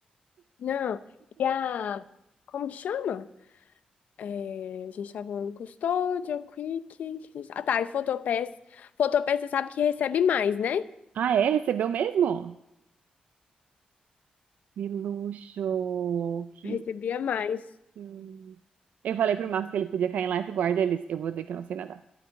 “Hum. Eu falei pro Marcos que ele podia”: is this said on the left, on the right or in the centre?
Right